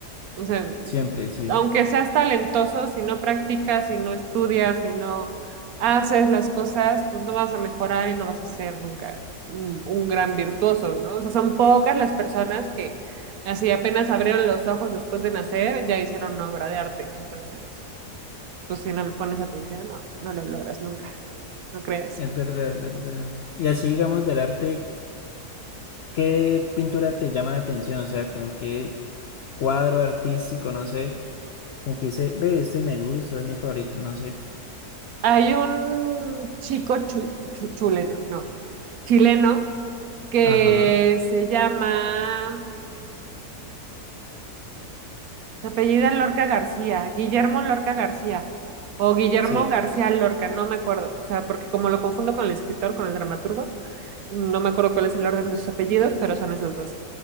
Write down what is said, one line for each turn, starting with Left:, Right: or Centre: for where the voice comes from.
Right: O sea,
Left: Siempre, sí.
Right: aunque seas talentoso, si no practicas, si no estudias, si no haces las cosas, pues no vas a mejorar y no vas a ser nunca un, un gran virtuoso, ¿no? O sea, son pocas las personas que así apenas abrieron los ojos después de nacer, ya hicieron una obra de arte. Entonces, pues si no le pones atención, no, no lo logras nunca, ¿no crees?
Left: Es verdad, es verdad. Y así, digamos, del arte. ¿Qué pintura te llama la atención? O sea, como qué cuadro artístico, no sé, como que dice, ve, este me gusta, es mi favorito, no sé.
Right: Hay un chico chu- chu- chuleno, no, chileno que
Left: Ajá,
Right: se llama... Se apellida Lorca García, Guillermo Lorca García, o Guillermo
Left: sí.
Right: García Lorca, no me acuerdo, o sea, porque como lo confundo con el escritor, con el dramaturgo, no me acuerdo cuál es el orden de sus apellidos, pero son esos dos.